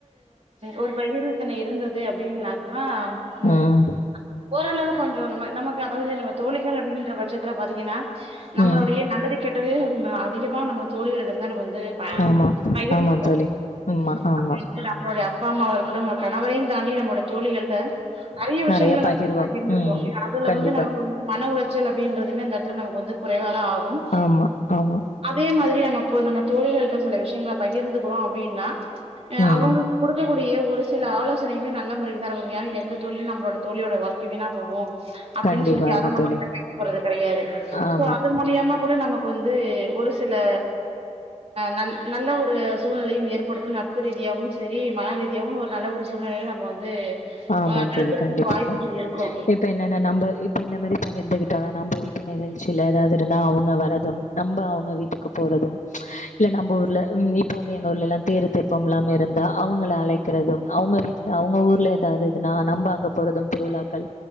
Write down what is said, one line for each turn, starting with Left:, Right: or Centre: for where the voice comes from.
Right: ஒரு ப இருந்தது அப்படின்னாக்கா ஆஹ் உம்
Left: ம்.
Right: அல்லது கொஞ்சம் நமக்கு அதாவது நம்ம தோழிகள் அப்படிங்கிற பட்சத்துல பார்த்தீங்கன்னா நம்மளுடைய
Left: ம்.
Right: நல்லது கேட்டது அதிகமா நம்ம தோழி இடம் நம்ம வந்து
Left: ஆமா.
Right: பகிர்ந்துப்போம்
Left: ஆமா தோழி. ஆமா, ஆமா.
Right: நம்மவந்து நம்முடைய அப்ப அப்பா அம்மாவா இருக்கட்டும் கணவரையும் தாண்டி நம்மட தோழிகள்கிட்ட நிறைய விஷயங்கள
Left: நெறைய பகிர்வோம்.
Right: ந பகிர்ந்துப்போம்
Left: ம்.
Right: அதுல
Left: கண்டிப்பா.
Right: வந்து நமக்கு வந்து மன உளைச்ச சொல் அப்படின்றதுமே நமக்கு வந்து குறைவா தான் ஆகும்
Left: ஆமா, ஆமா.
Right: அதே மாதிரி ந ப்போ நம்ம தோழிகள்கிட்ட சில விஷயங்களை பகிர்ந்துக்கிறோம் அப்படின்னா
Left: ம்.
Right: அவங்களுக்கு கொடுக்க ஒரு சில ஆலோசனைகளை நல்ல முறை தான் எந்த தோழியும் நம்மோளட தோழியோட வாழ் வீணா போகும் அப்படின்னு
Left: கண்டிப்பாக
Right: சொல்லிட்டு யாரும் நம்மகிட்ட
Left: தோழி.
Right: பேச போறது கிடையாது
Left: ஆமா.
Right: சோ அது மூலியமா கூட நமக்கு வந்து ஒரு சில ந <unintelligible> நல்ல ஒரு சூழ்நிலையும் ஏற்படுத்தும் நட்பு ரீதியாகவும் சரி மன ரீதியாகவும் ஒரு நல்ல ஒரு சூழ்நிலையை நம்ம வந்து
Left: ஆமா
Right: ஆ நடக்கறதுக்கு
Left: தோழி கண்டிப்பாக.
Right: வாய்ப்புகள் இருக்கு
Left: இப்ப என்னென்ன நம்ம இப்ப இந்த மாதிரி பகிர்ந்து நம்ம வீட்டு நிகழ்ச்சியில் ஏதாவது இருந்தா அவங்க அவ நம்மஅவங்க வீட்டுக்கு போறதும் இல்ல நம்ம ஊர்ல இப்ப வந்து எங்கஊர்ல எல்லாம் தேரு தெப்பம்ல்ல இருந்தா அவங்களை அழைக்கிறதும் அவங்க வீட்டுல அவங்க ஊர்ல அதாவது இதுனா நம்ப அங்க போறதும் திருவிழாக்கள்